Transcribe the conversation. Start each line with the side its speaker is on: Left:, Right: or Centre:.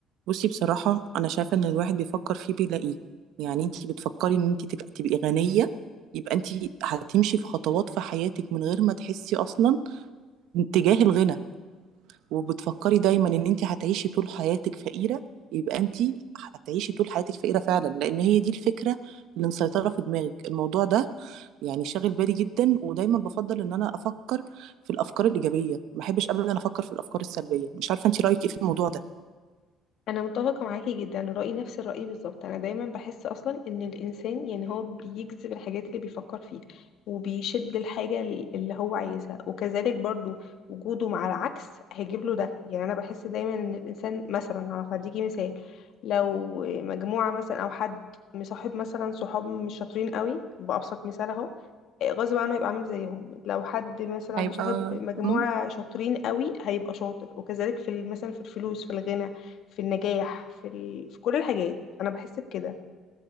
Right: بصي بصراحة أنا شايفة إن الواحد بيفكر فيه بيلاقيه يعني أنتي بتفكري إن أنتي تبقى تبقي غنية يبقى أنتي هتمشي في خطوات في حياتك من غير ما تحسي أصلا اتجاه الغنى وبتفكري دايما إن أنتي هتعيشي طول حياتك فقيرة يبقى أنتي هتعيشي طول حياتك فقيرة فعلا لأن هي دي الفكرة اللي مسيطرة في دماغك الموضوع ده يعني شاغل بالي جدا ودايما بفضل إن أنا أفكر في الأفكار الإيجابية ما بحبش أبدا أفكر في الأفكار السلبية مش عارفة أنتي رأيك إيه في الموضوع ده
Left: انا متفقه معاكي جدا رايي نفس الراي بالظبط انا دايما بحس اصلا ان الانسان يعني هو بيجذب الحاجات اللي بيفكر فيها وبيشد الحاجه اللي هو عايزها وكذلك برضو وجوده مع العكس هيجيب له ده يعني انا بحس دايما ان الانسان مثلا هديكي مثال لو مجموعه مثلا او حد مصاحب مثلا صحاب مش شاطرين قوي بابسط مثال اهو آه، غصب عنه هيبقى عامل زيهم لو حد مثلا
Right: هيبقى
Left: مصاحب مجموعه
Right: مم.
Left: شاطرين قوي هيبقى شاطر وكذلك في ال- مثلا في الفلوس في الغنى في النجاح في ال... في كل الحاجات انا بحس بكده